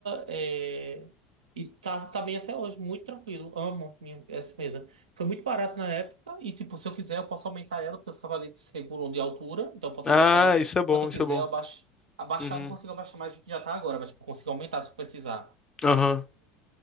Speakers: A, on the right; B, on the left.
A: é... e tá, tá bem até hoje, muito tranquilo. Amo minha, essa mesa. Foi muito barato na época, e tipo, se eu quiser, eu posso aumentar ela, porque os cavaletes regulam de altura, então eu posso
B: Ah,
A: aumentar ela
B: isso é bom,
A: quanto eu
B: isso
A: quiser,
B: é bom.
A: eu abaixo. Abaixar,
B: Uhum,
A: eu não consigo abaixar mais do que já tá agora, mas tipo, eu consigo aumentar se eu precisar.
B: aham.